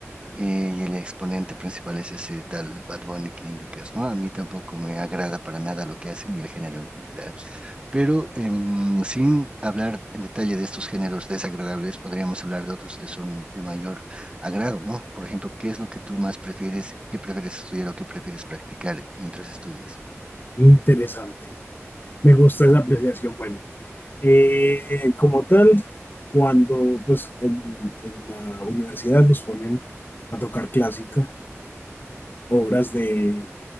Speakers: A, on the right; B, on the left.
A: eh, y el exponente principal es ese tal Bad Bunny que indicas, ¿no? A mí tampoco me agrada para nada lo que hace ni el género en general. Pero em, sin hablar en detalle de estos géneros desagradables, podríamos hablar de otros que son de mayor agrado, ¿no? Por ejemplo, ¿qué es lo que tú más prefieres, qué prefieres estudiar o qué prefieres practicar mientras estudias?
B: Interesante. Me gusta esa apreciación. Bueno, eh, eh, como tal, cuando pues en, en la universidad nos ponen a tocar clásica, obras de